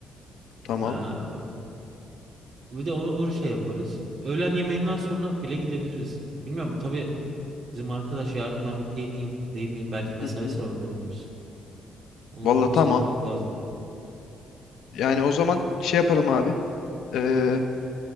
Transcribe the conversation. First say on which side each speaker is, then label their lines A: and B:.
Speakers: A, on the left (about 80°); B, on the right (about 60°).
A: Tamam.
B: Ha, Bir de o, o şey yaparız. Öğlen yemeğinden sonra bile gidebiliriz. Bilmiyorum tabii bizim arkadaş yarın ben okey miyim değil miyim? Belki mesaisi
A: Hı hı.
B: var onu da bilmiyoruz. Onu,
A: Valla
B: onu
A: tamam.
B: bir sormak lazım.
A: Yani o zaman şey yapalım abi. Ee,